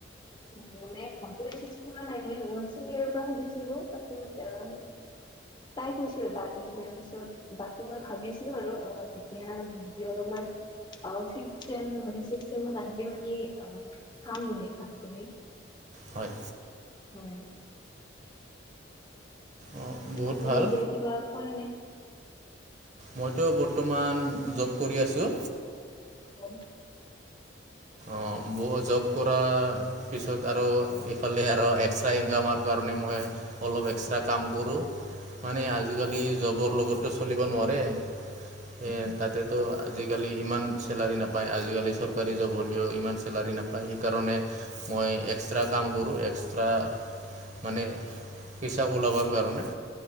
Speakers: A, on the left; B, on the right.
A: হয়, মানে <unintelligible> চিনিয়ৰ পৰা সুধিছিলোঁ, পাছত আহ, তাই কৈছিল, বাকী তাৰ পিছত বাকী মই ভাবিচিলোঁ আৰু, অ', যেতিয়া <unintelligible> অলপমান অ ফিইপত চেম, নহলে ছিক্স চেমত আহিও পিনী, চাম বুলি হয়। কোনে?
B: হয়।
A: হয়।
B: অঁ বহুত
A: আপুনি
B: ভাল
A: এতিয়া কিবা কৰে নে?
B: মইতো বৰ্তমান, জব কৰি আছোঁ।
A: অ'।
B: অ', মোৰ জব কৰা পিছত আৰু এইফালে আৰু এক্সট্ৰা ইনকামৰ কাৰণে মই অলপ এক্সট্ৰা কাম কৰো। মানে আজিকালি জবৰ লগতো চলিব নোৱাৰে, সে
A: হয়।
B: তাতেতো আজিকালি ইমান চেলাৰী নাপায়, আজিকালি চৰকাৰী জব হলেও ইমান চেলাৰী নাপায় সেইকাৰণে মই এক্সট্ৰা কাম কৰো এক্সট্ৰা মানে হিচাব ওলাবৰ কাৰণে।